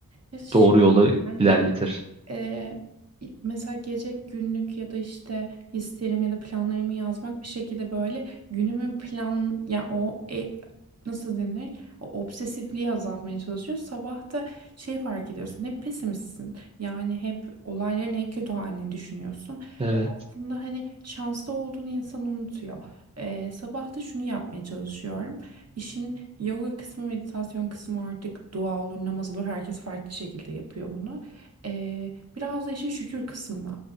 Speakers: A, on the right; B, on the right.
A: Ya şu-
B: doğru yola
A: bence
B: ilerletir.
A: Ee, mesela gece günlük ya da işte hislerimi ya da planlarımı yazmak bir şekilde böyle günümün plan ya o e, nasıl denir? O obsesifliği azaltmaya çalışıyor. Sabah da şey fark ediyorsun. Hep pesimistsin. Yani hep olayların en kötü halini düşünüyorsun
B: Evet.
A: ve aslında hani şanslı olduğunu insan unutuyor. Ee, sabah da şunu yapmaya çalışıyorum. İşin yoga kısmı, meditasyon kısmı artık dua olur, namaz olur. Herkes farklı şekilde yapıyor bunu. Ee, biraz da işin şükür kısmına.